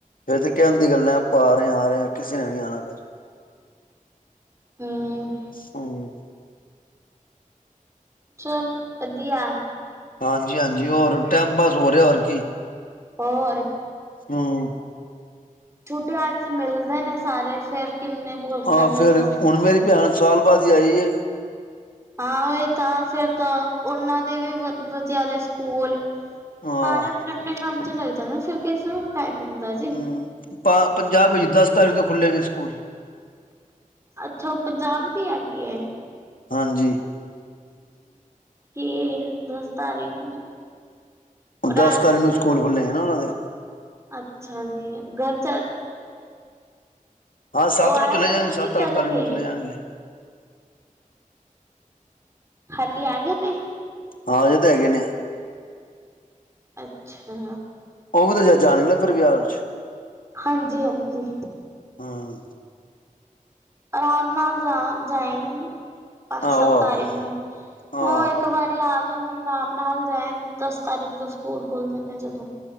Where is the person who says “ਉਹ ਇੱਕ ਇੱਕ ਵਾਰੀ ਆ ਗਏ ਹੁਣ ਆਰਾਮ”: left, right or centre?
Right